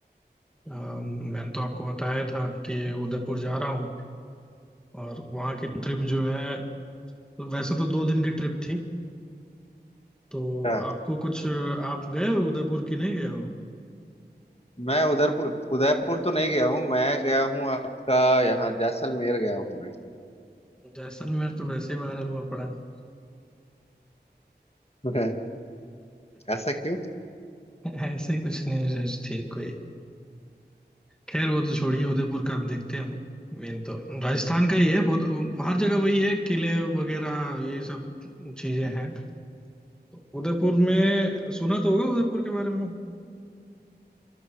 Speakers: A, in the centre; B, on the left.
A: अ, मैंने तो आपको बताया था कि उदयपुर जा रहा हूँ और वहाँ की ट्रिप जो है वैसे तो दो दिन की ट्रिप थी तो
B: हाँ
A: आपको कुछ आप गए हो उदयपुर की नहीं गए हो
B: मैं उधरपुर उदयपुर तो नहीं गया हूँ मैं गया हूँ आपका यहाँ जैसलमेर गया हूँ
A: जैसलमेर तो वैसे ही वायरल हुआ पड़ा है
B: मैं <laughs> ऐसा क्यों
A: <laughs> ऐसे ही कुछ न्यूज थी कोई खैर वो तो छोड़िए उदयपुर का अब देखते हैं हम मेन तो राजस्थान का ही है बहुत हर जगह वही है किले वगैरह ये सब चीजें हैं तो उदयपुर में सुना तो होगा उदयपुर के बारे में